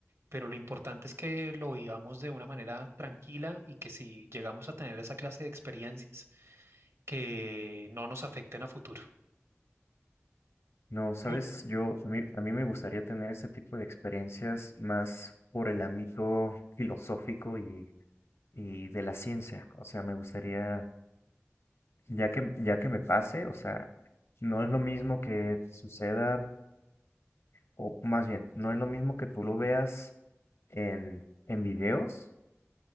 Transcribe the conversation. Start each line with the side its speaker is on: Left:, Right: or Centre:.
Right: pero lo importante es que lo vivamos de una manera tranquila y que si llegamos a tener esa clase de experiencias, que no nos afecten a futuro.
Left: No, sabes,
Right: Po-
Left: yo a mí, a mí me gustaría tener ese tipo de experiencias más por el ámbito filosófico y, y de la ciencia. O sea, me gustaría, ya que, ya que me pase, o sea, no es lo mismo que suceda, o más bien, no es lo mismo que tú lo veas en, en videos